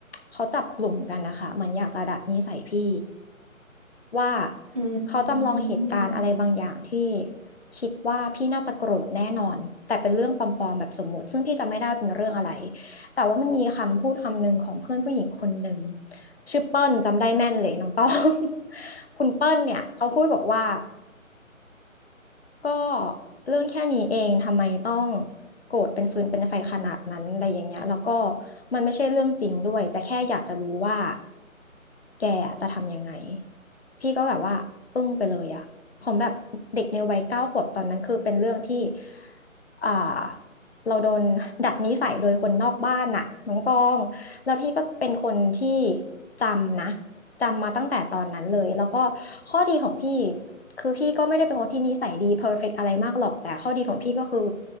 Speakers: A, on the left; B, on the right.
A: เขาจับกลุ่มกันนะคะเหมือนอยากจะดัดนิสัยพี่ว่า
B: อืมอืม
A: เขาจำลองเหตุการณ์อะไรบางอย่างที่คิดว่าพี่น่าจะโกรธแน่นอนแต่เป็นเรื่องปลอมๆแบบสมมุติซึ่งพี่จำไม่ได้เป็นเรื่องอะไร แต่ว่ามันมีคำพูดคำหนึ่งของเพื่อนผู้หญิงคนหนึ่งชื่อเปิ้ลจำได้แม่นเลยน้องต้อง <laughs> คุณเปิ้ลเนี่ยเขาพูดบอกว่าก็เรื่องแค่นี้เองทำไมต้องโกรธเป็นฟืนเป็นไฟขนาดนั้นอะไรอย่างเงี้ยแล้วก็มันไม่ใช่เรื่องจริงด้วยแต่แค่อยากจะรู้ว่าแกอะจะทำยังไงพี่ก็แบบว่าอึ้งไปเลยอะผมแบบเด็กในวัยเก้าขวบตอนนั้นคือเป็นเรื่องที่ อ่าเราโดนดัดนิสัยโดยคนนอกบ้านน่ะน้องตองแล้วพี่ก็เป็นคนที่จำนะจำมาตั้งแต่ตอนนั้นเลยแล้วก็ข้อดีของพี่คือพี่ก็ไม่ได้เป็นคนที่นิสัยดีเพอร e r ฟกต์อะไรมากหรอกแต่ข้อดีของพี่ก็คือ